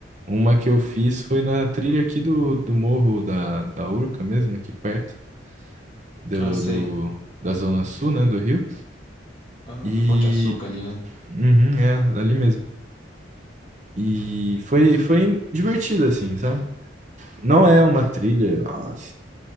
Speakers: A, on the right; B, on the left.
A: Uma que eu fiz foi na trilha aqui do, do morro da, da Urca mesmo, aqui perto. do,
B: Ah, sei.
A: do- da zona sul, né, do Rio.
B: Ah,
A: E
B: do Pão de Açúcar ali, né?
A: uhum, é ali mesmo. E foi foi divertido assim, sabe? Não é uma trilha, nossa,